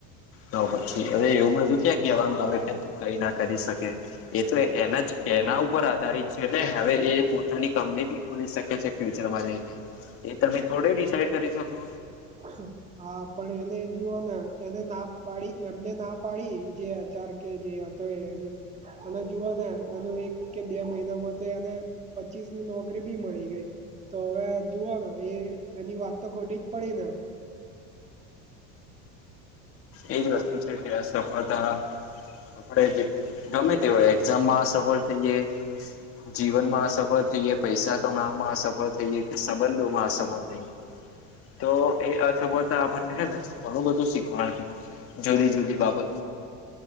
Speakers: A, on the left; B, on the right.
A: તો પછી હવે એવું બધું ક્યાં કહેવાનું આવે કે તું કઈ ના કરી શકે એ તો એના એના ઉપર આધારિત છે ને હવે એ પોતાની કંપની મળી શકે છે ફ્યુચરમાં જઈને એ તમે થોડે ડિસાઈડ કરી શકો.
B: હા હા પણ એને જુઓ ને એને ના પાડી એમને ના પાડી જે એચાર કે જે તોને અને જુઓ ને એનું એક કે બે મહિના માટે એને પચીસ ની નોકરી બી મળી ગઈ તો હવે જુઓ એ એની વાત તો ખોટી જ પડેના
A: એજ વસ્તુ છે કે સફળતા આપણે ગમે તે હોય એક્ઝામમાં સફળ થઈ ગ્યે જીવન માં અસફળ થઈએ પૈસા કમાવવામાં અસફળ થઈએે કે સંબંધોમાં અસફળ થઈએ તો એ અસફળતા આપણને છે ને ઘણું બધું શીખવાડતી હોય. જુદી જુદી બાબતો